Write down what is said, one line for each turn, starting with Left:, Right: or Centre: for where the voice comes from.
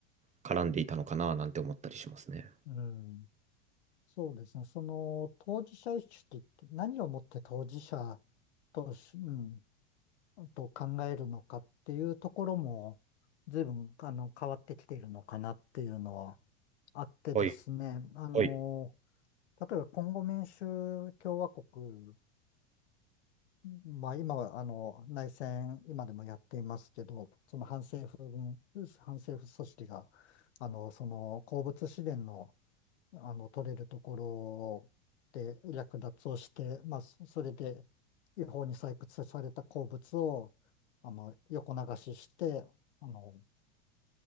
Right: 絡んでいたのかななんて思ったりしますね。
Left: うん。そうですね。その当事者意識って何をもって当事者とし、うん、と考えるのかっていうところも随分あの変わってきているのかなっていうのはあってですね。
Right: はい、
Left: あの、
Right: はい、
Left: 例えばコンゴ民主共和国、まあ今はあの内戦今でもやっていますけど、その反政府軍、反政府組織があのその鉱物資源のあの、取れるところで略奪をして、まあ、そそれで違法に採掘された鉱物を、あの、横流しして、あの、